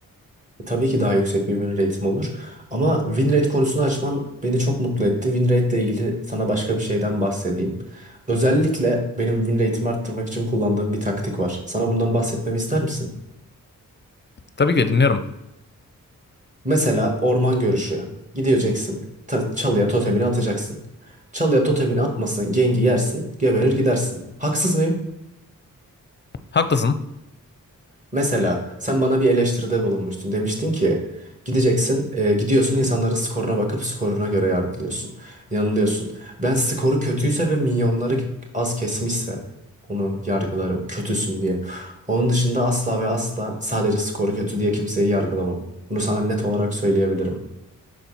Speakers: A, on the right; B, on the left.
A: Tabii ki daha yüksek bir win rate'im olur. Ama win rate konusunu açman beni çok mutlu etti. Win rate ile ilgili sana başka bir şeyden bahsedeyim. Özellikle benim win rate'imi arttırmak için kullandığım bir taktik var. Sana bundan bahsetmemi ister misin?
B: Tabii ki de dinliyorum.
A: Mesela orman görüşü. Gideceksin, ta- çalıya totemini atacaksın. Çalıya totemini atmasın, gengi yersin, geberir gidersin. Haksız mıyım?
B: Haklısın.
A: Mesela sen bana bir eleştiride bulunmuştun. Demiştin ki gideceksin, e, gidiyorsun insanların skoruna bakıp skoruna göre yargılıyorsun. Yanılıyorsun. Ben skoru kötüyse ve milyonları az kesmişse onu yargılarım. Kötüsün diye. Onun dışında asla ve asla sadece skoru kötü diye kimseyi yargılamam. Bunu sana net olarak söyleyebilirim.